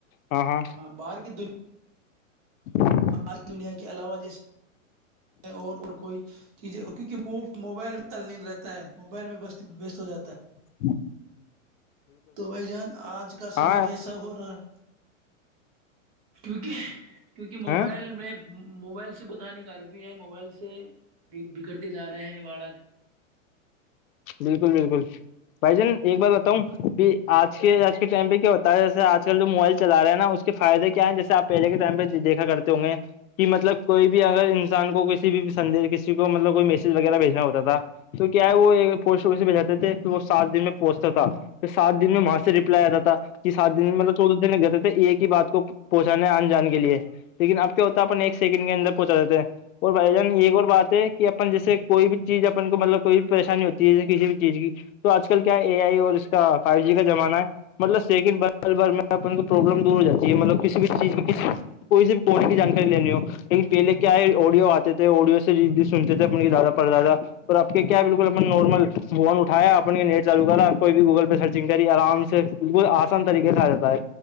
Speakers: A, on the left (about 85°); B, on the right (about 30°).
A: ہاں ہاں
B: باہر کی دنیا <unintelligible>
A: <unintelligible>
B: باری دنیا کے علاوہ جیسے اور اور کوئی چیزیں کیونکہ وہ موبائل میں تل نہیں رہتا ہے موبائل میں وست ہو جاتا ہے
A: ہاں <inaudible>
B: تو بھائی جان آج کا سمے
A: ہاں
B: ایسا ہو رہا کیونکہ کیونکہ
A: ہاں
B: موبائل میں <unintelligible> موبائل سے بتانے کارک بھی ہے موبائل سے بگڑتے جا رہے ہیں بالک
A: بالکل بالکل بھائی جان ایک بات بتاؤں کہ آج کے آج کے ٹائم پہ کیا ہوتا ہے جیسے آج کل جو موبائل چل رہے ہیں نا اس کے فائدے کیا ہیں جیسے آپ پہے کے ٹائم پہ دیکھا کرتے ہوں گے کہ مطلب کوئی بھی اگر انسان کو کسی بھی سندیش کسی کو مطلب کوئی میسیج وغیرہ بھیجنا ہوتا تھا تو ہے وہ پوسٹ وس سے بجاتے تھے پھر وہ سات دن میں پہنچتا تھا پھر سات دن میں وہاں سے ریپلائی آتا تھا کہ سات دن مطلب چودہ دن ل گئےتے تھے ایک ہی بات کو پہنچانا آ جان کے لیے لیکن اب کیا ہوتا ہے اپن ایک سیکنڈ کے اندر پہنچا دیتے ہیں اور بھائی جان ایک اور بات ہے کہ اپن جیسے کوئی بھی چیز اپن کو مطلب کوئی بھی پریشانی ہوتی ہے کسی بھی چیز کی تو آج کل کیا اے آئی اور اس کا فائیو جی کا زمانہ ہے مطلب سیکنڈ بار بار میں اپ کو پرابلم دور ہو جاتی ہے مطلب کسی بھی چیز کسی کوئی س بھی کونے کی جانکاری لینی ہو لیکن پہلے کیا ہے آڈیو آتے تھے آڈیو سے سنتے تھے اپنے دادا پر دادا اور کہ کیا بالکل اپنا نارمل فون اٹھیا اپن کے نیٹ چالو کرا کوئی بھی گوگل پہ سرچنگ کری آرام سے بالکل آسان طریقے سے آ جاتا ہے